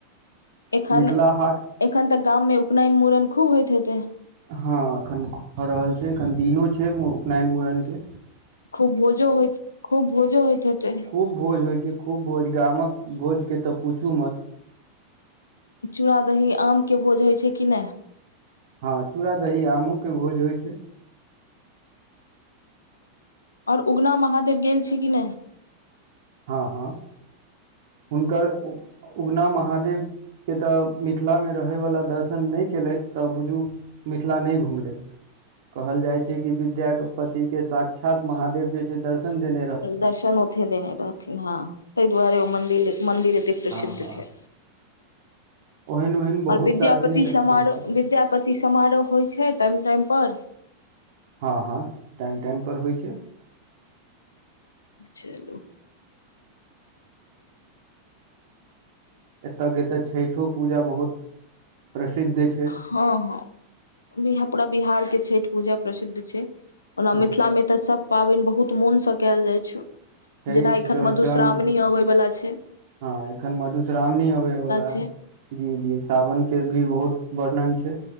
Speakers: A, on the left; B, on the right.
A: एखन
B: मिथिला हाट
A: एखन तऽ गाममे उपनयन मूड़न खूब होइत हेतै
B: हँ एखन खूब भ रहल छै एखन दिनो छै उपनयन मूड़नके
A: खूब भोजो होइत खूब भोजो होइत हेतै
B: खूब भोज होइ छै खूब भोज गामक भोज के त पूछू मत
A: चूड़ा दही आमके भोज होइ छै कि नहि
B: हँ चूड़ा दही आमोके भोज होइ छै
A: आओर उगना महादेव गेल छी कि नहि
B: हँ हँ हुनकर उगना महादेव के ऽ मिथिलामे रहयवला दर्शन नहि केलथि त बुझू मिथिला नहि घुमलथि कहल जाय छैय कि विद्या के विद्यापति के साक्षात महादेव जे छैय दर्शन देन
A: दर्शन ओथे देने रहथिन हँ ताहि दुआरे ओ मन्दिल मन्दिर एत प्रसिद्ध
B: हँ हँ
A: छै
B: ओहन ओहन बहुत
A: आओर विद्यापति
B: दार्शनिक स्थान
A: समारोह
B: छै
A: विद्यापति समारोह होइ छैय टाइम टाइम प
B: हँ हँ टाइम टाइम पर होय छै
A: चल
B: एतय के एतऽ छठो पूजा बहुत प्रसिद्ध छ
A: हँ हँ बि पूरा बिहार के छठ पूजा प्रसिद्ध छ ओना
B: ह
A: मिथिला मे तऽ सभ पाबनि बहुत मोनसँ कयल जाइ छ
B: छठि
A: जेना एखन
B: चौड़चन
A: मधुश्रावणी अबै वालला छ
B: हँ एखन मधुश्रावणी अबे वला
A: छै
B: है जी जी सावनके भी बहुत वर्णन छ